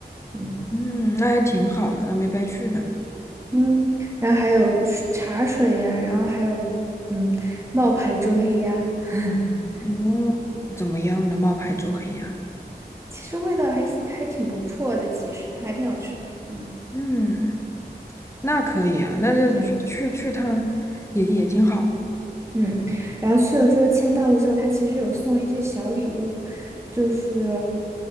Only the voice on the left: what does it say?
嗯，那还挺好的，没白去呗。
哦，怎么样呢？冒牌周黑鸭。
嗯，那可以啊，那就去去去趟儿也也挺好。